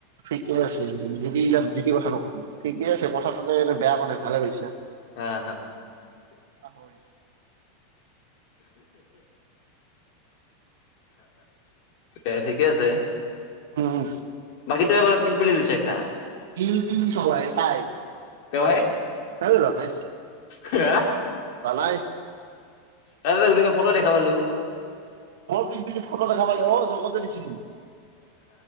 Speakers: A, on the right (about 80°); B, on the left (about 50°).
A: ঠিকে আছে যিতি ইয়াত যিতি কথা নকবি ঠিকে আছে কথাটোতে এনে বেয়া কোৱা নাই ভালে পইচা
B: আহ হা
A: হয়
B: এ ঠিকে আছে
A: উম
B: বাকী তোৱে বোলে পিলপিলি লৈছে একটা
A: বিল বিল সবাই তাই
B: তই
A: আৰু ল লিছ
B: হা
A: ভাল নাই
B: তাৰ <unintelligible> ফটো দেখা পালোঁ।
A: অ' পিলপিলিত ফোটো দেখা পালে হ'ল। জগতে দিছিচোন।